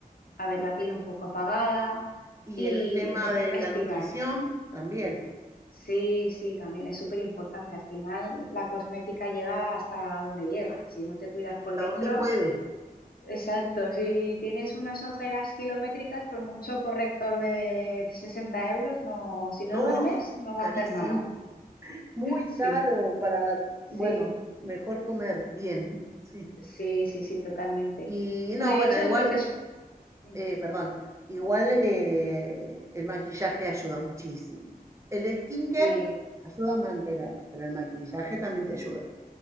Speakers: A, on the left (about 75°); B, on the right (about 20°).
A: a ver la piel un poco apagada
B: Y
A: y
B: el tema
A: empecé
B: de
A: a investigar.
B: la nutrición también.
A: Sí, sí, también es súper importante. Al final la cosmética llega hasta donde llega. Si no te cuidas por
B: ¿Hasta
A: dentro,
B: dónde puede?
A: exacto. Si tienes unas ojeras kilométricas, por mucho corrector de 60 euros, no, si no
B: No,
A: duermes, no va
B: carísimo.
A: a hacer nada.
B: <laughs> Muy
A: Sí,
B: caro para,
A: sí,
B: bueno, mejor comer bien, <laughs> sí.
A: sí, sí, sí, totalmente.
B: Y no,
A: Bueno, y
B: bueno,
A: de hecho
B: igual
A: lo que es... Dime,
B: Eh, perdón, igual eh,
A: sí,
B: el maquillaje ayuda muchísimo. El skincare
A: sí,
B: ayuda a mantener, pero el maquillaje también te ayuda.